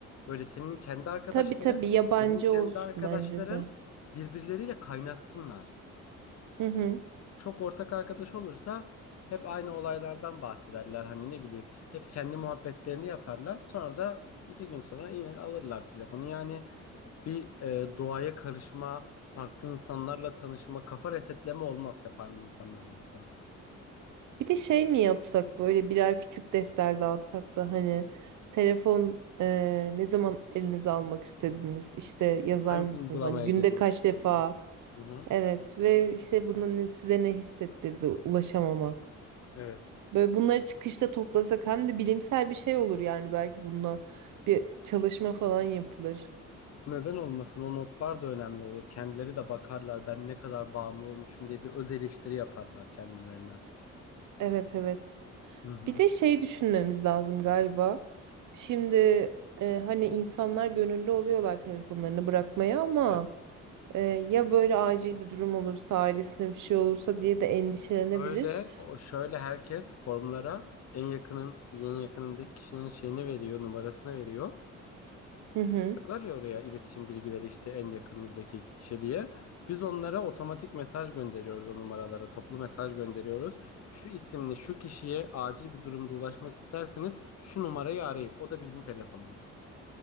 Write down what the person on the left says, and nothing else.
Böyle senin kendi arkadaşların,
benim kendi
arkadaşlarım
birbirleriyle kaynaşsınlar.
Çok ortak arkadaş olursa hep aynı olaylardan bahsederler. Hani ne bileyim hep kendi muhabbetlerini yaparlar. Sonra da iki gün sonra yine alırlar telefonu. Yani bir e, doğaya karışma, farklı insanlarla tanışma, kafa resetleme olmaz hep aynı insanlar olursa.
Hangi
uygulamaya
girmek
istediniz?
Hı hı.
Evet.
Neden olmasın? O notlar da önemli olur. Kendileri de bakarlar ben ne kadar bağımlı olmuşum diye bir öz eleştiri yaparlar kendilerine.
Hı hı.
Evet.
Böyle o şöyle herkes formlara en yakının en yakınındaki kişinin şeyini veriyor, numarasını veriyor.
Var ya oraya iletişim bilgileri işte en yakınınızdaki iki kişi diye. Biz onlara otomatik mesaj gönderiyoruz o numaralara. Toplu mesaj gönderiyoruz. Şu isimli şu kişiye acil bir durumda ulaşmak isterseniz şu numarayı arayın. O da bizim telefonumuz.